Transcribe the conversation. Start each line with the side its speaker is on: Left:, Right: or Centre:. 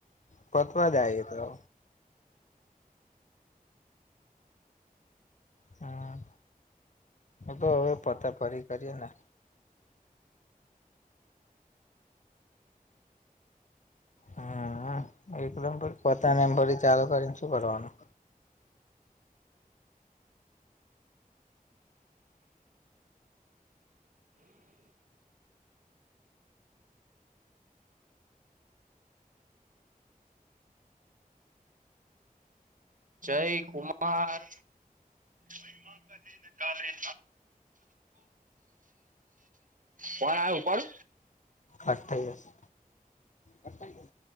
Left: પતવા જ આયુ તો. હમ એ તો હવે પતે ફરી કરીએ ને. હમ એકદમ પણ પતાવીને ફરી ચાલુ કરીને શું કરવાનું
Right: હમ્મ. જય કુમાર. મહિમા કહે ના જાય ફોન આવે ઉપાડુ.
Left: આજ થઈ જશે. આજ થઈ જશે.